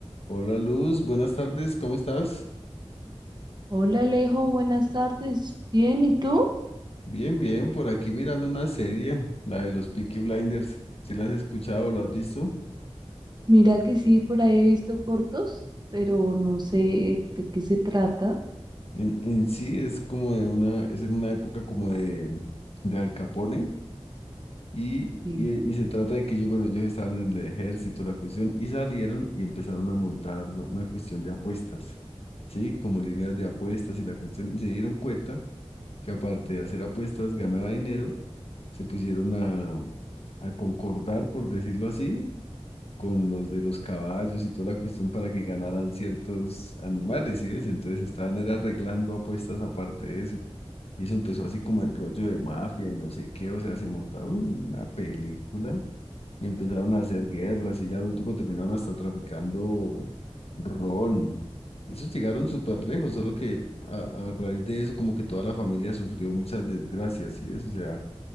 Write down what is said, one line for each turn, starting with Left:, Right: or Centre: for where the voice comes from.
Left: Hola Luz, buenas tardes, ¿cómo estás?
Right: Hola Alejo, buenas tardes. Bien, ¿y tú?
Left: Bien, bien, por aquí mirando una serie, la de los Peaky Blinders. Si la has escuchado o la has visto?
Right: Mira que sí, por ahí he visto cortos, pero no sé de qué se trata.
Left: En, en sí es como de una, es en una época como de, de Al Capone y,
Right: Sí.
Left: y, y se trata de que ellos, bueno, ellos estaban en el ejército, la cuestión, y salieron y empezaron a montar una cuestión de apuestas, ¿sí? Como líneas de apuestas y la cuestión, y se dieron cuenta que aparte de hacer apuestas ganaba dinero se pusieron a, a concordar, por decirlo así, con los de los caballos y toda la cuestión para que ganaran ciertos animales, ¿sí ves? Entonces estaban era arreglando apuestas aparte de eso. Y eso empezó así como en rollo de mafia y no sé qué, o sea, se montaron en una película y empezaron a hacer guerras y ya al último terminaron hasta traficando ron. Esos llegaron súper lejos, solo que a, a raíz de eso como que toda la familia sufrió muchas desgracias, ¿sí ves? O sea,